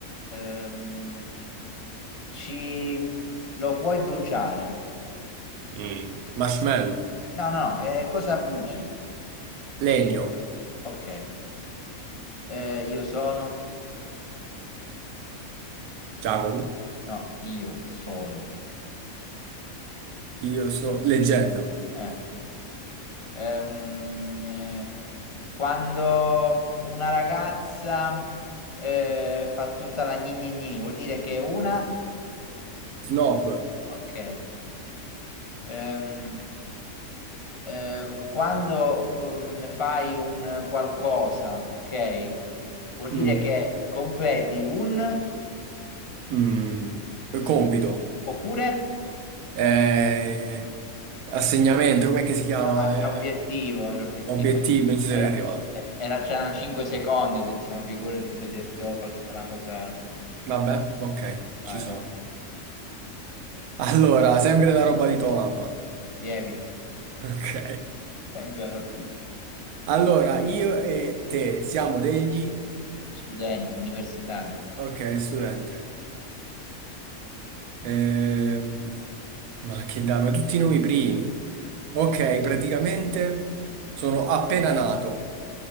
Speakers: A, on the left; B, on the right.
A: Ehm, ci... Lo puoi bruciare?
B: Mm. Marshmallow,
A: No, no, no, eh, cosa bruci?
B: Legno,
A: Ok, Eh, io sono?
B: Giacomo,
A: No, io sono.
B: io sono leggenda,
A: Eh, ehm, eh, quando una ragazza eh, fa tutta la gni gni gni, vuol dire che è una?
B: Snob.
A: Ok. Ehm, eh, quando ehm, fai un qualcosa, ok? Vuol dire
B: Mm.
A: che completi un
B: Mm, compito,
A: oppure?
B: eh, assegnamento, com'è che si chiama?
A: No, era obiettivo,
B: Eh,
A: era obiettivo.
B: obiettivo,
A: ma c-
B: non ci sarei
A: Era,
B: arrivato.
A: eh, era- c'erano 5 secondi, ho detto, ma figurati se de- devo fare tutta una cosa.
B: Vabbè, ok,
A: Vai,
B: ci sono.
A: vai.
B: Allora, sempre la roba di tua mamma. <laughs>
A: Lievito,
B: Ok.
A: sembra la verità.
B: Allora, io e te siamo degli...
A: Studenti, universitari,
B: Ok, studente. Ehm, ma che dai, ma tutti i nomi primi. Ok, praticamente sono appena nato.